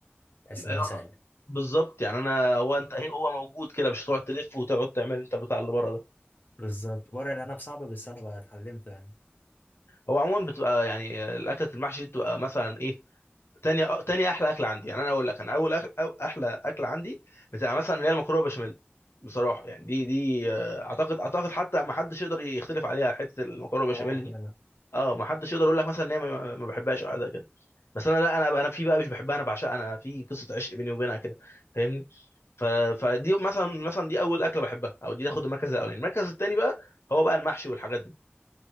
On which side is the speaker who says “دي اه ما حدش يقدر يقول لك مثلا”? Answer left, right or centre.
Left